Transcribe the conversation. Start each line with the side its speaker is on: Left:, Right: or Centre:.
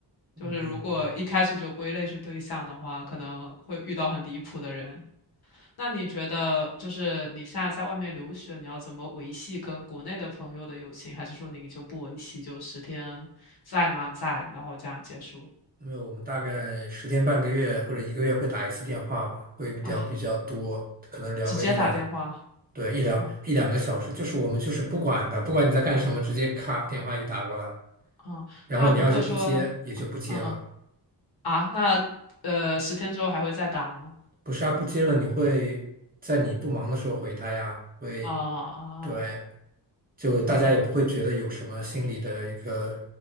Right: 嗯。
Left: 就是如果一开始就归类是对象的话，可能会遇到很离谱的人。那你觉得，就是你现在在外面留学，你要怎么维系跟国内的朋友的友情？还是说你就不维系，就十天在吗？在，然后这样结束
Right: 没有，我们大概十天半个月或者一个月会打一次电话吧，会聊比较多，
Left: 啊？
Right: 可能聊个一两，
Left: 直接打电话，
Right: 对，一两一两个小时，
Left: 嗯
Right: 就是我们就是不管的，不管你在干什么，直接咔电话一打过来，
Left: 嗯。
Right: 然后你要是不接也就不接了，
Left: 那如果说，嗯嗯嗯啊，那呃，十天之后还会再打吗？
Right: 不是啊，不接了你会在你不忙的时候回他呀，会，
Left: 啊啊
Right: 对，就大家也不会觉得有什么心理的一个
Left: 啊